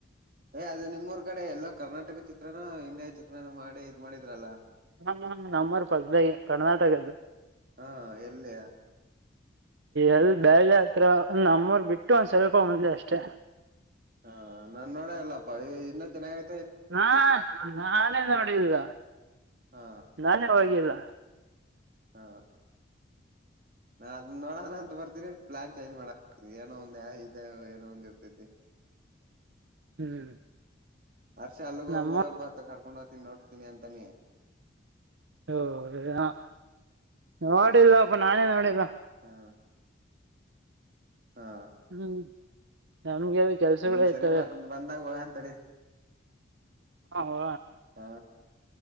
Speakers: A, on the right (about 50°); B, on the right (about 70°).
A: -ಏ- ಅದೇ ನಿಮ್ಮೂರ್ -ಕ್ ಈ- ಕಡೆ ಎಲ್ಲ ಕರ್ನಾಟಕ ಚಿತ್ರನ ಇಂಡಿಯಾ ಚಿತ್ರನ ಮಾಡಿ ಇದ್ ಮಾಡಿದ್ರಲ್ಲ
B: ನಮ್ -ನಮ್ -ನಮ್ಮೂರ ಪಕ್ಕದಾಗಿಂದ್ದು ಕರ್ನಾಟಕದ್ದು
A: ಹಾ ಎಲ್ಲಿ
B: ಎಲ್ ಬ್ಯಾಲ್ ಹತ್ರ -ಒ -ನಮ್ಮೂರ್ ಬಿಟ್ಟು ಒಂದ್ ಸ್ವಲ್ಪ ಮುಂದ್ ಅಷ್ಟೆ.
A: ಹ- ನಾನ್ ನೋಡೇ ಇಲ್ಲಪ್ಪ ಇನ್ನ ಚೆನ್ನಾಗಿ
B: ಹಾ- ನಾನೇ ನೋಡಿಲ್ಲ
A: ಹಾ
B: ನಾನೇ ಹೋಗಿದ್ದ
A: ಹಾ ನಾ- ಅದನ್ನ ನೋಡೋಣ ಅಂತ ಬರ್ತೀನಿ ಪ್ಲಾನ್ ಚೇಂಜ್ ಮಾಡತನಿ ಏನೋ ಒಂದ -ಯ ಇದೆ ಏನೋ ಒಂದ್ ಇರ್ತೈತಿ. <inaudible>
B: ಹ್ಮ್
A: ಅರ್ಷೆ ಅಲ್ಗ
B: ನಮ್ಮ
A: ಊರಾಗ ಬತ ಕರ್ಕೊಂಡು ಹೋಗತಿ ನೋಡಸ್ತೀನಿ ಅಂತಾನೆ.
B: ಹೌ-ಏ- ನೋಡಿಲ್ವಾ ಅಪ್ಪ ನಾನೇ ನೋಡಿಲ್ವಾ.
A: ಹಾ ಹಾ
B: ಹ್ಮ್ಂ - ನಮ್ಗೆ ಕೆಲ್ಸಗಳೇ
A: ಈ
B: ಇರ್ತಾವೆ.
A: ಸರಿ ಬರ್ ಬಂದಾಗ ಹೋಗಂತಡಿ
B: ಹ-ವ್
A: ಹಾ